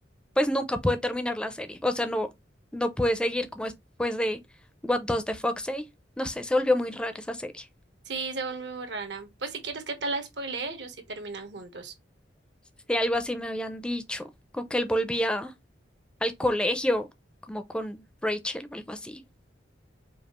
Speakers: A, in the centre; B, on the right (about 70°).
A: pues nunca pude terminar la serie. O sea, no, no pude seguir como después de What Does the Fox Say. No sé, se volvió muy rara esa serie.
B: Sí, se volvió muy rara. Pues si quieres que te la spoile ellos y terminan juntos.
A: Si algo así me habían dicho, como que él volvía al colegio, como con Rachel o algo así.